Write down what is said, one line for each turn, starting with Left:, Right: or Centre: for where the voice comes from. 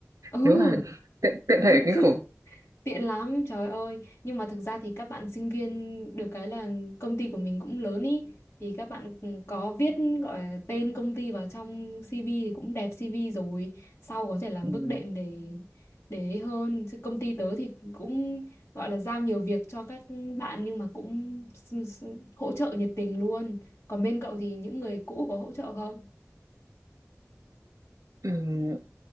Left: ừ,
Right: nếu mà tiện tiện
Left: <laughs>
Right: thể kinh khủng
Left: Tiện lắm, trời ơi. Nhưng mà thực ra thì các bạn sinh viên được cái là công ty của mình cũng lớn ý. Thì các bạn có viết gọi là tên công ty vào trong CV thì cũng đẹp CV rồi. Sau có thể làm
Right: Ừ.
Left: bước đệm để để ấy hơn. Chứ công ty tớ thì cũng gọi là giao nhiều việc cho các bạn nhưng mà cũng s- s- hỗ trợ nhiệt tình luôn. Còn bên cậu thì những người cũ có hỗ trợ không?
Right: Ừm,